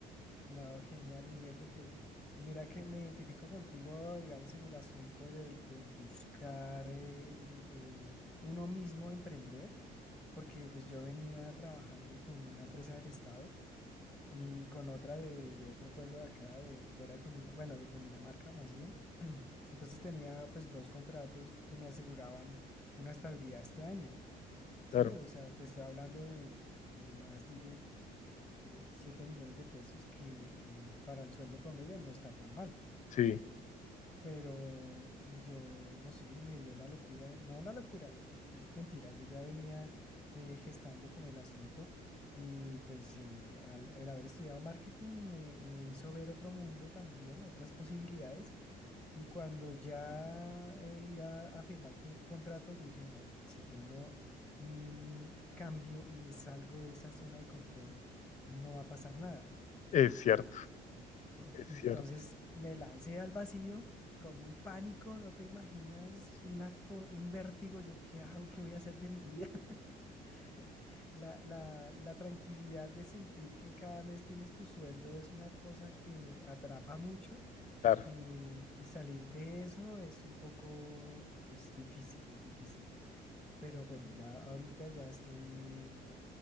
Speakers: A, in the centre; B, on the left.
A: No, genial, Miguel, porque mira que me identifico contigo, digamos, en el asunto del, del buscar eh, el, eh, uno mismo emprender, porque pues yo venía trabajando con una empresa del Estado y con otra de, de otro pueblo de acá, de fuera de Cundina- bueno, de Cundinamarca más bien. <clears throat> Entonces tenía pues dos contratos que me aseguraban una estabilidad este año. Sí,
B: Claro,
A: o sea, te estoy hablando de, de más de eh, 7 millones de pesos que eh, para el sueldo promedio no está tan mal,
B: sí,
A: pero yo no sé, me dio la locura, no la locura, es mentira, yo ya venía eh, gestando como el asunto y pues eh, al, el haber estudiado marketing me, me hizo ver otro mundo también, otras posibilidades y cuando ya eh, iba a firmar que- contrato, yo dije, no, pues, si yo no mm, cambio y me salgo de esa zona de confort, no va a pasar nada.
B: es cierto,
A: <clears throat>
B: es
A: Entonces
B: cierto.
A: me lancé al vacío con un pánico, no te imaginas, una co- un vértigo, yo qué hago, qué voy a hacer de mi vida. <laughs> La, la, la tranquilidad de sentir que cada mes tienes tu sueldo es una cosa que atrapa mucho.
B: Claro.
A: Y, y salir de eso es un poco, es difícil, es difícil. Pero bueno, ya ahorita ya estoy